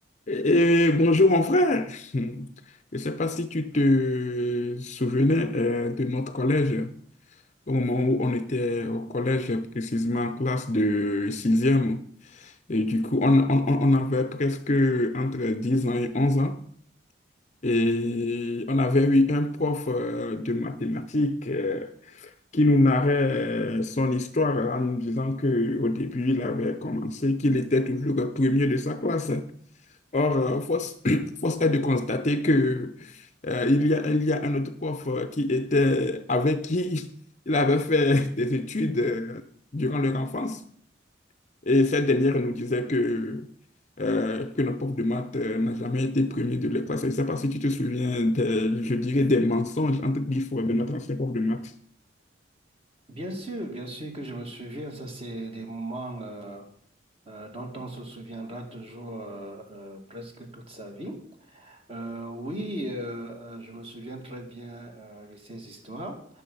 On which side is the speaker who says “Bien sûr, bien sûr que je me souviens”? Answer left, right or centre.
Right